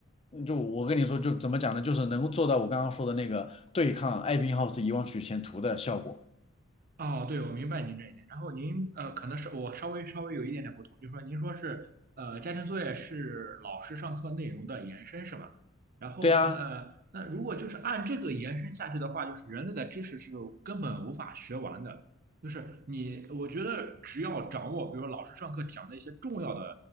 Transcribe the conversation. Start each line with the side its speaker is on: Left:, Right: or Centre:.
Left: 就我跟你说，就怎么讲呢？就是能够做到我刚刚说的那个对抗艾宾浩斯遗忘曲线图的效果。
Right: 哦，对，我明白您这一点。然后您呃，可能是我稍微稍微有一点点不同，就是说您说是呃，家庭作业是老师上课内容的延伸，是吧？然后那那如果就是按这个延伸下去的话，
Left: 对啊，
Right: 就是人类的知识是根本无法学完的。就是你，我觉得只要掌握，比如说老师上课讲的一些重要的